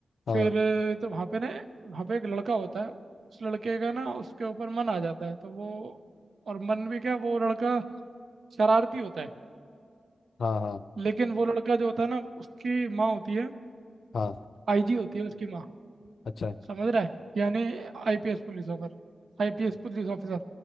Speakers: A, on the left (about 75°); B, on the right (about 75°).
A: हाँ
B: फिर अ, तो वहाँ पे ना वहाँ पे एक लड़का होता है उस लड़के का ना उसके ऊपर मन आ जाता है तो वो और मन भी क्या वो लड़का शरारती होता है
A: हाँ हाँ
B: लेकिन वो लड़का जो होता है ना उसकी माँ होती है
A: हाँ
B: आईजी होती है उसकी माँ
A: अच्छा
B: समझ रहा है यानी IPS police officer IPS police officer